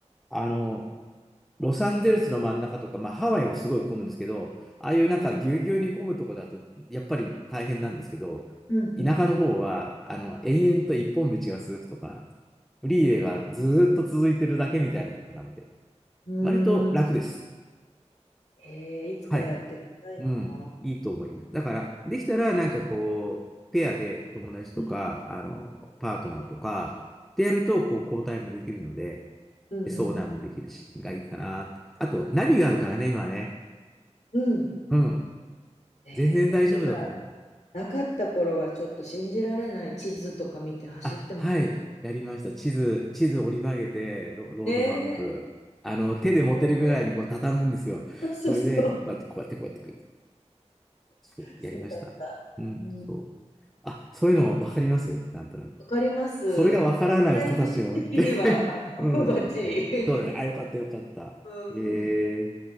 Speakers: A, in the centre; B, on the left (about 65°).
A: あの、ロサンゼルスの真ん中とか、まあ、ハワイもすごい混むんですけど、ああいうなんかぎゅうぎゅうに混むとこだと、
B: うん
A: やっぱり大変なんですけど、
B: うんうんうん
A: 田舎の方は、あの、延々と一本道が続くとか、
B: う
A: フリーウェイがずーっと続いてるだけみたいなとこなので、
B: ん。うーん。
A: 割と楽です。
B: えー、いつかやってみたいな。
A: はい。うん。いいと思います。だから、できたら、なんかこう、ペアでお友達とか、
B: うん
A: あの、パートナーとか、
B: うん
A: でやると、
B: うん
A: こう、交代もできるので、
B: うんうんうん
A: 相談もできるし、がいいかなって。あと、ナビがあるからね、今はね。
B: うん
A: うん。
B: ねえ、
A: 全然大丈夫だと思う。
B: ナビがなかった頃がちょっと信じられない地図とか見て走ってました。
A: あ、はい。やりました。地図、地図折り曲げて、ロ、ロードマップ。
B: ねえ。
A: あの、手で持てるぐらいにこう、
B: 今どこ
A: 畳むんですよ。
B: <laughs> そうそうそう。
A: それで、こうやって、こうやって、こうやって、そう、やりました。
B: そうだった。
A: うん、
B: うん
A: そう。あ、そういうの分かりますなんとなく。
B: わかります。
A: それがわからない人たちもいて
B: 世代的には、あの、
A: <laughs> うん。
B: <laughs> バッチリ。
A: そうだよ。あ、よかった、よかった。
B: うん。
A: ええ、